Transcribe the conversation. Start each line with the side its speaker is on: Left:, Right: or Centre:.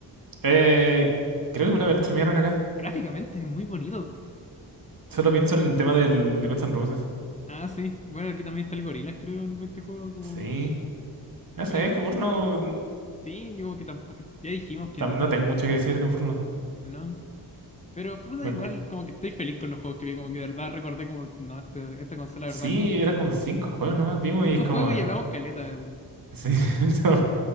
Right: Eh, creo que una
Left: Eh,
Right: vez lo streamearon acá.
Left: Gráficamente es muy bonito.
Right: Solo pienso en el tema del Guns N' Roses.
Left: Ah, sí. Bueno, aquí también está el Gorilas, creo, en este juego. Como...
Right: Sí. No
Left: Bueno,
Right: sé, es que Burno.
Left: sí, como que tampoco. Ya dijimos que
Right: tam-
Left: no
Right: No
Left: tenemos.
Right: tengo mucho que decir de Burno.
Left: No. Pero puta,
Right: Me-
Left: igual, como que estoy feliz con los juegos que vi. Como que de verdad recordé, como, no, este- esta consola, de
Right: Sí,
Left: verdad, es como
Right: eran como cinco juegos nomás vimos
Left: cinco
Right: y es como.
Left: juegos y hablamos caleta.
Right: Sí, <laughs> no,